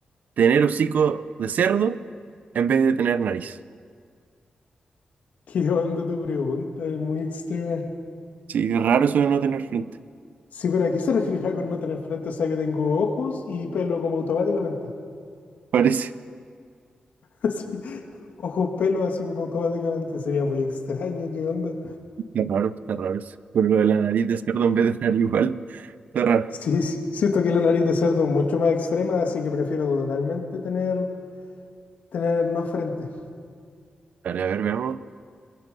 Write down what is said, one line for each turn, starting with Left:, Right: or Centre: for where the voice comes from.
Right: tener hocico de cerdo en vez de tener nariz?
Left: <laughs> ¿Qué onda tu pregunta? Es muy extrema.
Right: Sí, es raro eso de no tener frente.
Left: Sí, pero aquí se referirá con no tener frente, o sea que tengo ojos y pelo como automáticamente.
Right: Parece.
Left: <laughs> Sí, ojos, pelo así como automáticamente. Sería muy extraño, ¿qué onda?
Right: Qué raro, está raro eso. Pero lo de la nariz de cerdo en vez de nariz igual. Está raro.
Left: Sí, s- siento que la nariz de cerdo es mucho más extrema, así que prefiero totalmente tener, tener no frente.
Right: Vale, a ver, veamos.